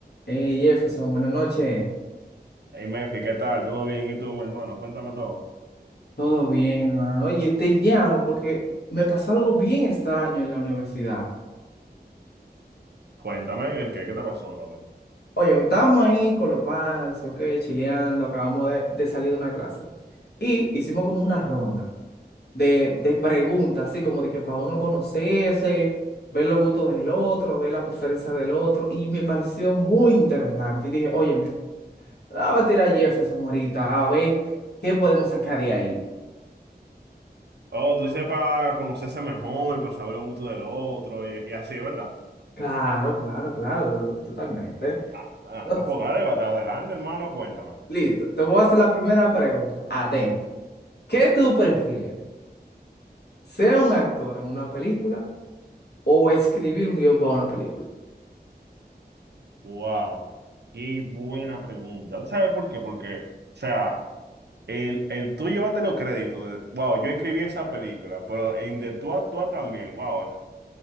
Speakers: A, on the left; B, on the right.
A: Hey Jefferson, buenas noches.
B: Hey, Mefi, ¿qué tal? ¿Todo bien? ¿Y tú, mi hermano? Cuéntame todo.
A: Todo bien, mano. Oye, te llamo porque me pasó algo bien extraño en la universidad.
B: Cuéntame el qué, ¿qué te pasó, brother?
A: Oye, me estábamos ahí con los panas, ok, chileando, acabamos de, de salir de una clase. Y hicimos como una ronda de, de preguntas, así como de que para uno conocerse, ver los gustos del otro, ver la preferencia del otro. Y me pareció muy interesante. Y dije, oye, me la voy a tirar a Jefferson ahorita a ver qué podemos sacar de ahí.
B: Oh, tú dices para conocerse mejor, para saber los gustos del otro y, y así, ¿verdad?
A: Claro, claro, claro, totalmente.
B: Ah, ah,
A: Entonces,
B: no, pues dale, va- adelante, hermano, cuéntame.
A: listo, te voy a hacer la primera pregunta. Atenta. ¿Qué tú prefieres? ¿Ser un actor en una película o escribir un guión para una película?
B: Wow, qué buena pregunta. ¿Tú ¿Sabes por qué? Porque, o sea, el, el tú llévate los créditos de, wow, yo escribí esa película, pero en de tú a tú también, wow,